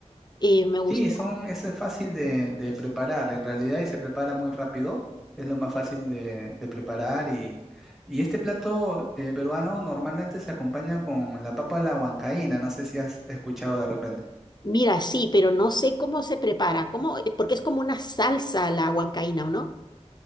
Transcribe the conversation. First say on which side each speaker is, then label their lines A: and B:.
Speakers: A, on the left; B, in the centre.
A: Eh, me gustó.
B: Sí, son, ese es fácil de, de preparar en realidad y se prepara muy rápido. Es lo más fácil de, de preparar y, y este plato eh, peruano normalmente se acompaña con la papa a la huancaína, no sé si has escuchado de repente.
A: Mira, sí, pero no sé cómo se prepara, cómo, eh, porque es como una salsa la huancaína, ¿o no?